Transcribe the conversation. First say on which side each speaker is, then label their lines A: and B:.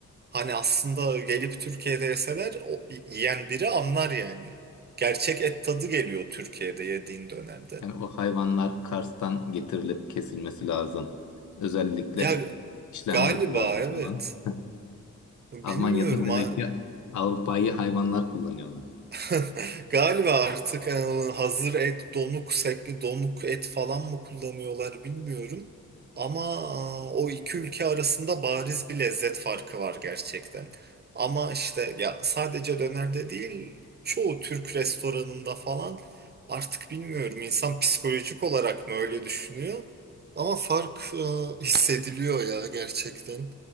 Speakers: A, on the right; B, on the left.
A: Hani aslında gelip Türkiye'de yeseler o, yiyen biri anlar yani. Gerçek et tadı geliyor Türkiye'de yediğin dönerde.
B: Yani o hayvanlar Kars'tan getirilip kesilmesi lazım. Özellikle
A: Ya
B: işlenmesi
A: Galiba
B: lazım
A: evet.
B: falan. <laughs>
A: Bilmiyorum.
B: Almanya'da demek
A: ha.
B: ki Avrupa'yı hayvanlar kullanıyorlar.
A: <laughs> Galiba artık e, hazır et, donuk, sekli, donuk et falan mı kullanıyorlar bilmiyorum. Ama e, o iki ülke arasında bariz bir lezzet farkı var gerçekten. Ama işte ya sadece dönerde değil, çoğu Türk restoranında falan artık bilmiyorum insan psikolojik olarak mı öyle düşünüyor? Ama fark e, hissediliyor ya gerçekten.